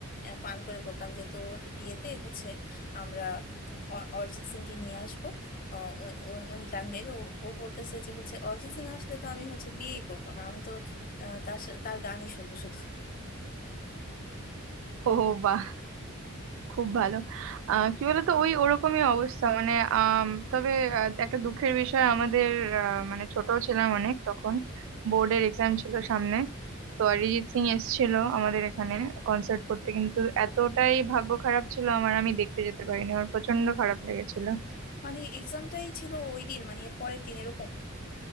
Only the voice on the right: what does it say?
ও বাহ খুব ভালো আহ কি বলতো ওই ওরকমই অবস্থা মানে আম, তবে আহ, একটা দুঃখের বিষয় আমাদের আহ, মানে ছোট ছিলাম অনেক তখন বোর্ডের এক্সাম ছিল সামনে তো অরিজিৎ সিং এসেছিল আমাদের এখানে কনসার্ট করতে কিন্তু এতটাই ভাগ্য খারাপ ছিল আমার আমি দেখতে যেতে পারিনি আমার প্রচন্ড খারাপ লেগেছিল